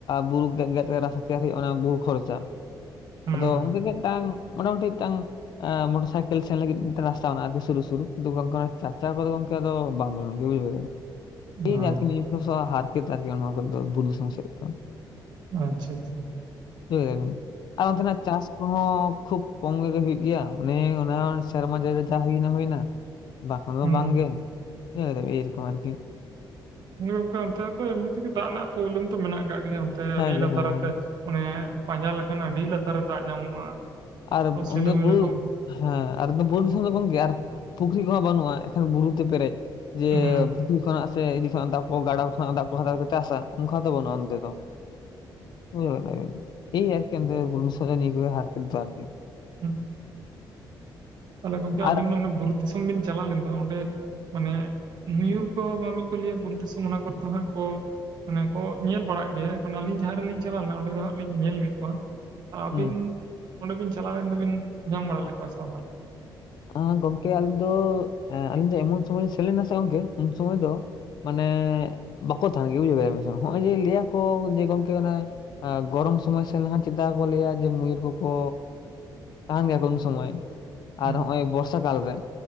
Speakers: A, on the left; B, on the right.
A: ᱵᱩᱨᱩ ᱜᱮᱫ ᱠᱟᱛᱮ ᱨᱟᱥᱛᱟ ᱛᱮᱭᱟᱨ ᱦᱩᱭᱩᱜᱼᱟ ᱚᱱᱟ ᱵᱩᱨᱩ ᱠᱷᱚᱨᱪᱟ᱾
B: ᱦᱩᱸ
A: ᱟᱫᱚ ᱚᱱᱠᱟ ᱜᱮ ᱢᱤᱫᱴᱟᱝ ᱢᱚᱴᱟᱢᱩᱴᱤ ᱢᱤᱫᱴᱟᱝ᱾ ᱢᱚᱴᱚᱨ ᱥᱟᱭᱠᱮᱞ ᱥᱮᱬ ᱞᱟᱜᱤᱫ ᱨᱟᱥᱛᱟ ᱢᱮᱱᱟ ᱟᱨᱠᱤ ᱥᱩᱨᱩ ᱥᱩᱨᱩᱩ ᱪᱟᱨ ᱪᱟᱠᱟ ᱠᱚ᱾ ᱫᱚ ᱵᱟᱝ ᱵᱚᱞᱤ ᱵᱩᱡ᱾
B: ᱚ
A: ᱤᱧ ᱟᱨᱠᱤ ᱱ ᱦᱟᱨᱠᱮᱛ ᱟᱨᱠᱤ ᱱᱚᱣᱟ ᱠᱚᱫᱚ ᱵᱩᱨᱩ ᱫᱤᱥᱚᱢ ᱥᱮᱫ ᱫᱚ᱾
B: ᱟᱪᱷᱟ ᱟᱪᱷᱟ᱾
A: ᱵᱩᱡᱷᱟᱹ ᱠᱮᱫᱟ ᱟᱨ ᱚᱱᱛᱮ ᱱᱟᱜ ᱪᱟᱥ᱾ ᱠᱚᱦᱚᱸ ᱠᱷᱩᱵ ᱠᱚᱢ ᱜᱮᱜᱮ ᱦᱩᱭᱩᱜ ᱜᱮᱭᱟ ᱚᱱᱮ ᱚᱱᱟ ᱥᱮᱨᱢᱟ ᱡᱟᱹᱲ ᱨᱮ ᱡᱟ ᱦᱩᱭᱱᱟ ᱦᱩᱭᱱᱟ᱾ ᱵᱟᱠᱷᱟᱱ
B: ᱦᱩᱸ
A: ᱫᱚ ᱵᱟᱝᱜᱮ ᱮᱭ ᱨᱚᱠᱚᱢ ᱟᱨᱠᱤ᱾
B: ᱦᱮᱸ ᱜᱚᱝᱠᱮ ᱚᱱᱛᱮᱚ ᱮᱢᱱᱤ ᱛᱮᱜᱮ ᱫᱟᱜ ᱨᱮᱱᱟᱜ ᱯᱨᱚᱵᱞᱮᱢ ᱛᱚ ᱢᱮᱱᱟᱜ ᱠᱟᱜ ᱜᱮᱭᱟ ᱚᱱᱛᱮ
A: ᱦᱮᱸᱜᱮ
B: ᱟᱹᱰᱤ ᱞᱟᱛᱟᱨᱛᱮ,
A: ᱦᱮᱸ
B: ᱚᱱᱮ ᱯᱟᱸᱡᱟ ᱞᱮᱠᱷᱟᱱ ᱟᱹᱰᱤ ᱞᱟᱛᱟᱨ ᱨᱮ ᱫᱟᱜ ᱧᱟᱢᱚᱜᱼᱟ᱾
A: ᱟᱨ
B: ᱛᱚ ᱥᱮᱞᱳᱢᱮᱞᱳ
A: ᱚᱰᱮ ᱵᱩᱨᱩ
B: ᱠᱚ
A: ᱦᱮᱸ ᱟᱨ ᱵᱩᱨᱩ ᱫᱤᱥᱚᱡ ᱜᱚᱝᱠᱮ ᱟᱨ ᱯᱩᱠᱷᱨᱤ ᱠᱚᱦᱚᱸ ᱵᱟᱹᱱᱩᱜᱼᱟ ᱮᱱᱠᱷᱟᱱ ᱵᱩᱨᱩ ᱛᱮ ᱯᱮᱨᱮᱡ᱾ ᱡᱮ
B: ᱦᱮᱸ
A: <unintelligible> ᱠᱷᱚᱱᱟᱜ ᱥᱮ ᱤᱫᱤ ᱠᱷᱚᱱᱟᱜ ᱫᱟᱜ ᱜᱟᱰᱟ ᱠᱷᱚᱱᱟᱜ ᱫᱟᱜ ᱠᱚ ᱠᱚ ᱪᱟᱥᱟ ᱚᱱᱠᱟ ᱫᱚ ᱵᱟᱹᱱᱩᱜᱼᱟ ᱚᱱᱛᱮ ᱫᱚ, ᱦᱳᱭ ᱦᱳᱭ ᱮᱤ ᱟᱨᱠᱤ ᱚᱱᱛᱮ ᱵᱩᱨᱩ ᱫᱤᱥᱚᱢ ᱦᱟᱨᱠᱮᱛ ᱫᱚ ᱟᱨᱠᱤ,
B: ᱦᱩᱸ, ᱛᱟᱦᱚᱞᱮ ᱜᱚᱢᱠᱮ
A: ᱟᱨ
B: ᱟᱵᱤᱱ ᱵᱩᱨᱩ ᱫᱤᱥᱚᱢ ᱵᱤᱱ ᱪᱟᱞᱟᱣ ᱞᱮᱱᱫᱚ ᱚᱸᱰᱮ ᱢᱟᱱᱮ ᱢᱚᱭᱩᱨ ᱠᱚ ᱵᱟᱝ ᱢᱤᱫ ᱠᱚ ᱞᱟᱹᱭᱟ ᱵᱩᱨᱩ ᱫᱤᱥᱚᱢ ᱚᱱᱟ ᱠᱚᱨᱮ ᱫᱚ ᱦᱟᱸᱜ ᱠᱚ ᱢᱟᱱᱮ ᱠᱚ ᱧᱮᱞ ᱵᱟᱲᱟᱜ ᱜᱮᱭᱟ ᱮᱠᱷᱚᱱ ᱟᱹᱞᱤᱧ ᱡᱟᱦᱟᱸ ᱨᱮᱞᱤᱧ ᱪᱟᱞᱟᱣ ᱞᱮᱱᱟ ᱚᱸᱰᱮ ᱫᱚ ᱦᱟᱸᱜ ᱞᱤᱧ ᱧᱮᱞ ᱠᱮᱫ ᱠᱚᱣᱟ, ᱟᱹᱵᱤᱱ
A: ᱦᱩᱸ
B: ᱚᱸᱰᱮ ᱵᱤᱱ ᱪᱟᱞᱟᱣ ᱞᱮᱱ ᱫᱚᱵᱤᱱ ᱧᱟᱢ ᱵᱟᱲᱟ ᱞᱮᱫ ᱠᱚᱣᱟ ᱥᱮ ᱵᱟᱝ ᱛᱟᱦᱚᱞᱮ?
A: ᱦᱮᱸ ᱜᱚᱝᱠᱮ ᱟᱹᱞᱤᱧ ᱫᱚ ᱟᱹᱞᱤᱧ ᱫᱚ ᱮᱢᱚᱱ ᱥᱚᱢᱚᱭ ᱞᱤᱧ ᱥᱮᱱ ᱞᱮᱱᱟ ᱥᱮ ᱜᱚᱝᱠᱮ ᱩᱱ ᱥᱚᱢᱚᱭ ᱫᱚ ᱢᱟᱱᱮ ᱵᱟᱠᱚ ᱛᱟᱦᱮᱸᱱ ᱜᱮ ᱵᱩᱡᱷᱟᱹᱣ ᱵᱩᱡᱷᱟ ᱠᱮᱫᱟᱵᱤᱱ ᱥᱮ, ᱱᱚᱜᱼᱚᱭ ᱡᱮ ᱞᱟᱹᱭᱟᱠᱚ ᱡᱮ ᱜᱚᱝᱠᱮ ᱚᱱᱟ ᱮ ᱜᱚᱨᱚᱢ ᱥᱚᱢᱚᱭ ᱥᱮᱱ ᱞᱮᱱᱠᱷᱟᱱ ᱪᱮᱫᱟᱜᱮᱠᱚ ᱞᱟᱹᱭᱟ ᱡᱮ ᱢᱚᱭᱩᱨ ᱠᱚᱠᱚ ᱛᱟᱦᱮᱼᱱ ᱜᱮᱭᱟ ᱠᱚ ᱩᱱ ᱥᱚᱢᱚᱭ ᱟᱨ
B: ᱦᱮᱸ
A: ᱱᱚᱜ ᱚᱭ ᱵᱚᱨᱥᱟ ᱠᱟᱞ ᱨᱮ,